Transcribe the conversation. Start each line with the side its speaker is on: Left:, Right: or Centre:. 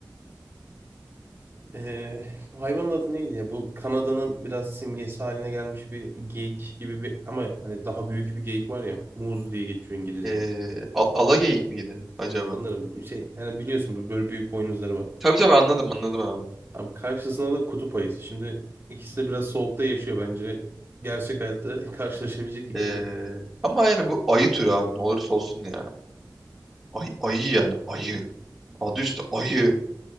Right: Ee, bu hayvanın adı neydi ya? Bu Kanada'nın biraz simgesi haline gelmiş bir geyik gibi bir ama hani daha büyük bir geyik var ya. Moose diye geçiyor İngilizce.
Centre: Ee, a- alageyik miydi acaba?
Right: Sanırım bu şey hani biliyorsun bu böyle büyük boynuzları var.
Centre: Tabii tabii anladım anladım abi.
Right: Tam karşısında da kutup ayısı. Şimdi ikisi de biraz soğukta yaşıyor bence. Gerçek hayatta <laughs> karşılaşabilecek ikili.
Centre: Ee, ama yani bu ayı türü abi ne olursa olsun ya. Ay, ayı yani ayı. Adı üstü ayı.